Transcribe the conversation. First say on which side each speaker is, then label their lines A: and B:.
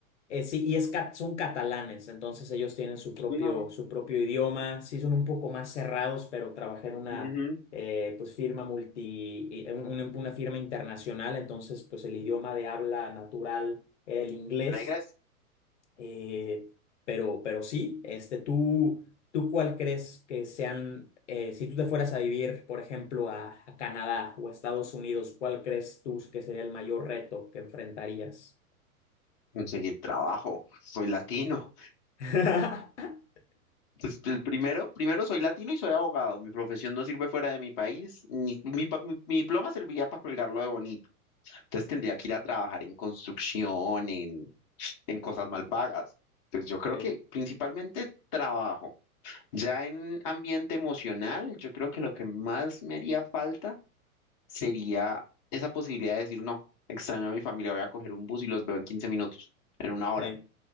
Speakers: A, on the left (about 55°); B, on the left (about 25°).
A: eh, sí, y es, cat- son catalanes, entonces ellos tienen su propio,
B: No.
A: su propio idioma, sí son un poco más cerrados, pero trabajé en una
B: Ujú.
A: eh, pues firma multi, eh, un- un- una firma internacional, entonces pues el idioma de habla natural era el inglés,
B: Y La idea es
A: eh, pero, pero sí, este, ¿tú, tú cuál crees que sean, eh, si tú te fueras a vivir, por ejemplo, a, a Canadá o a Estados Unidos, ¿cuál crees tú que sería el mayor reto que enfrentarías?
B: conseguir trabajo. Soy latino.
A: <laughs>
B: Pues el primero, primero soy latino y soy abogado. Mi profesión no sirve fuera de mi país. Ni, mi, pa- mi- mi diploma serviría para colgarlo de bonito. Entonces tendría que ir a trabajar en construcción, en, en cosas mal pagas. Entonces yo creo
A: Sí,
B: que principalmente trabajo. Ya en ambiente emocional, yo creo que lo que más me haría falta sería esa posibilidad de decir, no, extraño a mi familia, voy a coger un bus y los veo en 15 minutos, en una hora.
A: sí.